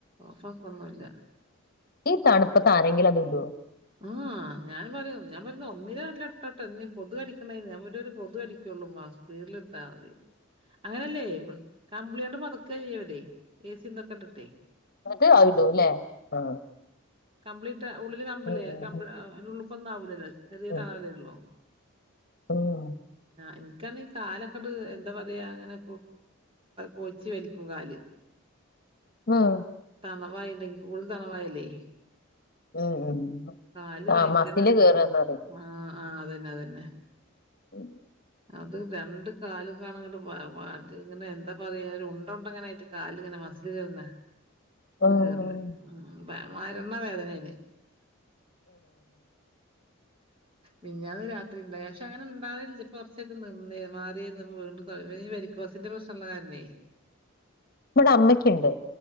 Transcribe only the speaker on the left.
ഈ തണുപ്പത്ത് ആരെങ്കിലും അത് ഇടോ?
എന്നിട്ട് ആവിടല്ലേ ആ,
ഉം
ഉം
ഉം ഉം
ഉം
ഉം ഉം
ആ മസില്
കേറാന്നറിം
ഉ
ഉം
നമ്മുടെ അമ്മയ്ക്കുണ്ട്.